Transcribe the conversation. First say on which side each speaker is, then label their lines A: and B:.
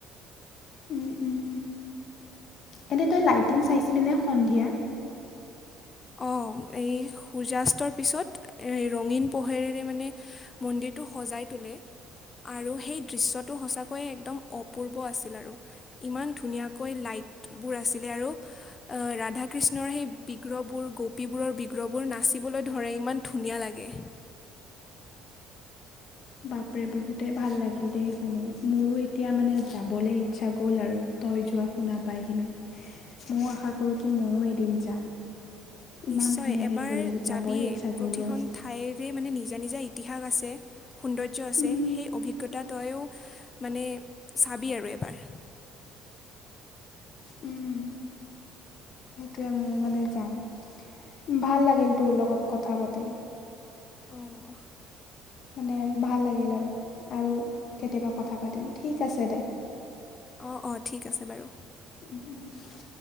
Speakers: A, on the left (about 55°); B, on the left (about 30°).
A: উম উম। এনে তই লাইটিং চাইছিলি নে সন্ধিয়া?
B: অ', এই সূৰ্যাস্তৰ পিছত এই ৰঙীন পোহেৰেৰে মানে মন্দিৰটো সজাই তোলে। আৰু সেই দৃশ্যটো সঁচাকৈয়ে একদম অপূৰ্ব আছিল আৰু। ইমান ধুনীয়াকৈ লাইটবোৰ আছিলে আৰু ৰাধা কৃষ্ণৰ সেই বিগ্ৰহ গোপীবোৰৰ বিগ্ৰহবোৰ নাচিবলৈ ধৰে ইমান ধুনীয়া লাগে।
A: বাপৰে বহুতেই ভাল লাগিল দেই শুনি, মোৰো এতিয়া মানে যাবলৈ ইচ্ছা গ'ল আৰু। তই যোৱা শুনা পাই কিনে, ময়ো আশা কৰোঁ কি ময়ো এদিন যাম। ইমান
B: নিশ্চয়
A: ধুনীয়াকৈ
B: এবাৰ
A: ক'লি যাবই
B: যাবিয়েই
A: ইচ্ছা গ'ল
B: প্ৰতিখন
A: অ'
B: ঠাইৰ সেই মানে নিজা নিজা ইতিহাস আছে, সৌন্দৰ্য্য আছে,
A: উম,
B: সেই অভিজ্ঞতা তইও মানে চাবি আৰু এবাৰ।
A: উম। সেইটোৱে মোৰ মানে যাম। ভাল লাগিল তোৰ লগত কথা পাতি।
B: অহ।
A: মানে ভাল লাগিল আৰু। আৰু কেতিয়াবা কথা পাতিম ঠিক আছে দে।
B: অ', অ', ঠিক আছে বাৰু।
A: <inaudible>